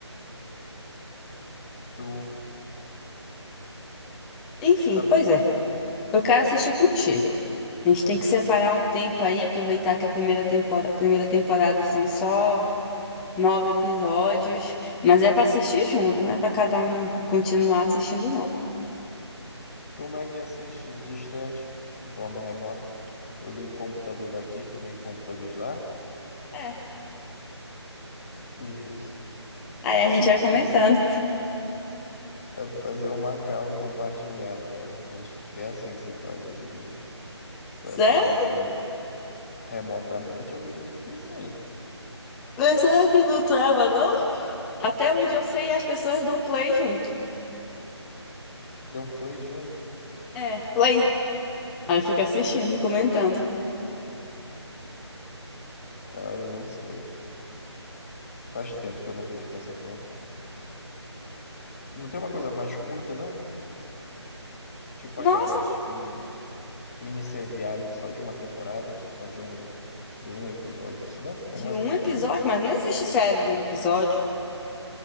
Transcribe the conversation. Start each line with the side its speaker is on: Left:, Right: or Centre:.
Left: Tu,
Centre: Enfim,
Left: tu tá,
Centre: pois é. Eu quero assistir contigo. A gente tem que separar um tempo aí, aproveitar que a primeira temporada, primeira temporada são só nove episódios, mas é para assistir junto, não é para cada um continuar assistindo, não.
Left: como é que assiste distante, de forma remota? Eu ligo o computador daqui, tu liga o computador de lá?
Centre: É.
Left: Isso. <laughs>
Centre: Aí a gente vai comentando.
Left: Dá pra fazer uma call e compartilhar a tela. Acho que é assim que se faz hoje em dia. Para
Centre: Sério?
Left: assistir filme remotamente, eu acredito que sim.
Centre: Mas Será que não trava, não? Até onde eu sei, as pessoas dão play junto.
Left: Dá um play junto.
Centre: É, play. Aí fica assistindo e comentando.
Left: Ah, eu não sei. Faz tempo que eu não vejo dessa forma. Não tem uma coisa mais curta, não? Tipo
Centre: Nossa,
Left: aquelas mini, mini seriado que só de uma temporada, só de um, de um episódio. Você lembra
Centre: de
Left: como era
Centre: um
Left: que
Centre: episódio?
Left: fazia?
Centre: Mas não existe série de um episódio.